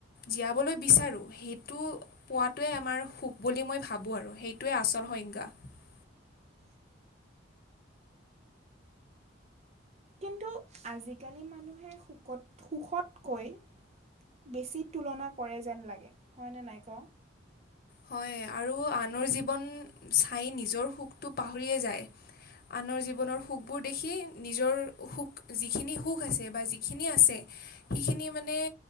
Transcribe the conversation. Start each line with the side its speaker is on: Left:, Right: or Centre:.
Left: জীয়াবলৈ বিচাৰো সেইটো পোৱাতোৱে আমাৰ সুখ বুলি মই ভাবো আৰু সেইটোৱে আচল। হয়ংগা <unintelligible>
Right: <inaudible> কিন্তু আজিকালি মানুহে সুখত সুখতকৈ বেছি তুলনা কৰে যেন লাগে হয়নে নাই ক'?
Left: হয়, আৰু আনৰ জীৱন চাই নিজৰ সুখটো পাহৰিয়ে যায় আনৰ জীৱনৰ সুখবোৰ দেখি নিজৰ সুখ যিখিনি সুখ আছে বা যিখিনি আছে সেইখিনি মানে